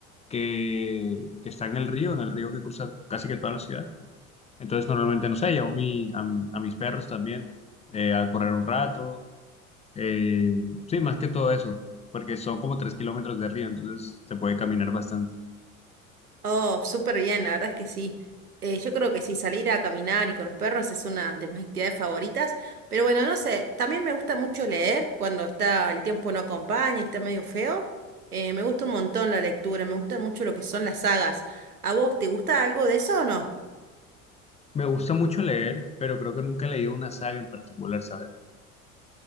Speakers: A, on the left; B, on the right.
A: que, que está en el río, en el río que cruza casi que toda la ciudad. Entonces, normalmente, no sé, llevo mi, a, a mis perros también eh, a correr un rato. Eh, sí, más que todo eso, porque son como tres kilómetros de río, entonces se puede caminar bastante.
B: Oh, súper bien, la verdad es que sí. Eh, yo creo que sí, salir a caminar y con los perros es una de mis actividades favoritas. Pero bueno, no sé, también me gusta mucho leer cuando está el tiempo no acompaña y está medio feo. Eh, me gusta un montón la lectura, me gustan mucho lo que son las sagas. ¿A vos te gusta algo de eso o no?
A: Me gusta mucho leer, pero creo que nunca he leído una saga en particular, ¿sabes?